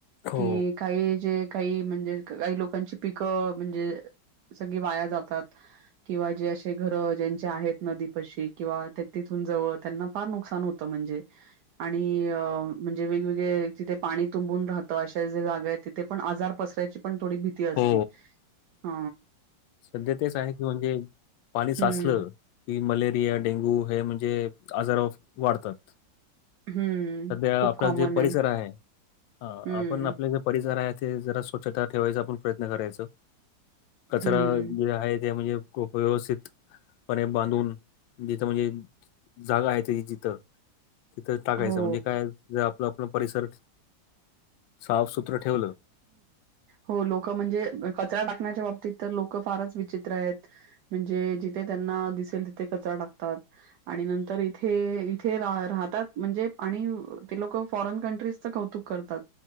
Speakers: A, on the left (about 85°); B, on the right (about 65°).
A: हो.
B: कि काही जे काही म्हणजे काही लोकांची पिकं म्हणजे सगळी वाया जातात. किंवा जे असे घर ज्यांचे आहेत नदी पशी किंवा त्या त. व त्यांना फार नुकसान होत म्हणजे आणि म्हणजे वेगवेगळे तिथे पाणी तुंबून राहतं अशा ज्या जागा आहेत. तिथे पण आजार पसरायची पण थोडी भीती असती
A: हो.
B: ह.
A: सध्या तेच आहे की म्हणजे पाणी साचलं.
B: हं,
A: कि मलेरिया डेंगू हे म्हणजे आजार वाढतात.
B: हं.
A: सध्या
B: खूप
A: आपला
B: कॉमन
A: जे परिसर आहे हा
B: हं,
A: आपण आपले जे परिसर आहे ते जरा स्वच्छता ठेवायचा आपण प्रयत्न करायच. कचरा
B: हं.
A: जे आहे ते म्हणजे खूप व्यवस्थितपणे बांधून. जिथं म्हणजे जागा आहे त जिथं. तिथं टाकायचं
B: हो.
A: म्हणजे काय जर आपलं आपलं परिसर साफ सुत्र ठेवलं.
B: हो लोक म्हणजे कचरा टाकण्याच्या बाबतीत तर लोक फारच विचित्र आहेत. म्हणजे जिथे त्यांना दिसेल तिथे कचरा टाकतात. आणि नंतर इथे इथे रा राहतात म्हणजे आणि ते लोक फॉरेन कंट्रीज कौतुक करतात.